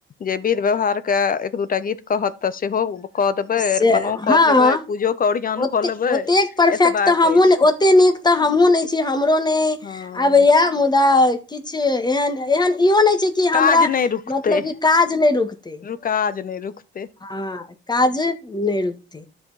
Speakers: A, on the left; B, on the left.
A: जे विध व्यवहार के एक दूटा गीत कहत तऽ सेहो कऽ देबै
B: से
A: अरिपनो कऽ
B: हँ
A: लेबै पूजोे ओरियान
B: ओते
A: कऽ लेबै
B: ओतेक परफेक्ट
A: एतबाक
B: तऽ हमहूँ
A: ऐछ
B: नहि ओते नीक तऽ हमहुँ नय छी हमरो नय
A: हँ
B: आबैया मुद्दा किछु एहन एहन इहो नय छै कि हमरा
A: काज नहि रुकतै
B: मतलब कि काज नय रुकतै
A: काज नय रुकते
B: हँ काज नय रुकते